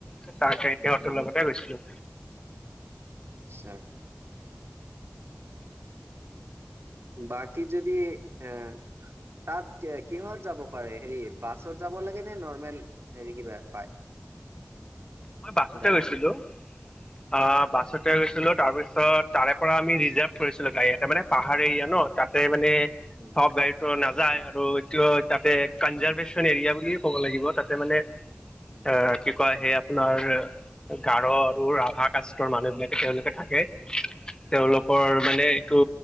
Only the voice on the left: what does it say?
তাৰপিছত সিহঁতৰ
লগতে গৈছিলো।
মই বাছতে
গৈছিলো অ বাছতে গৈছিলো তাৰপিছত ত তাৰে পৰা আমি ৰিজাৰ্ভ কৰিছিলো গাড়ীতে মানে পাহাৰ এৰিয়া ন তাতে। মানে
চব গাড়ীটো নাযায় আৰু এইটো তাতে কনজাৰ্ভেশ্যন
এৰিয়া বুলি কব লাগিব তাতে মানে
অ কি কয় সেয়া আপোনাৰ গাৰ আৰু ৰাভা কাষ্টৰ মানুহ বিলাকে তেওঁলোকে থাকে তেওঁলোকৰ মানে এইটো